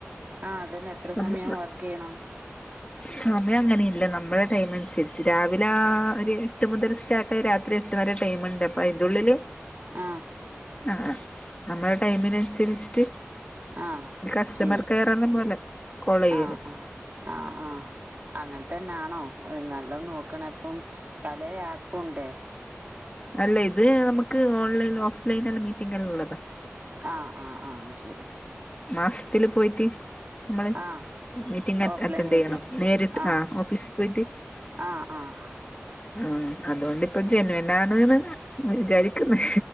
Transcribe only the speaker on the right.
ആഹ് അതന്നെ എത്ര
സമയാ
വർക്കെയുണ്
ആഹ്
ആഹ്
ചെയ്യ
ആഹ് അഹ് ആഹ് ആഹ് അങ്ങനത്തന്നാണോ? നല്ലോം നോക്കണെ പ്പം പലേ ആപ്പും ണ്ടെ
ആഹ് ആഹ് ആഹ് ശരി
ആഹ്
ഓഫ്‌ലൈൻ
മീറ്റിംഗ്
ആഹ്
ആഹ് ആഹ്.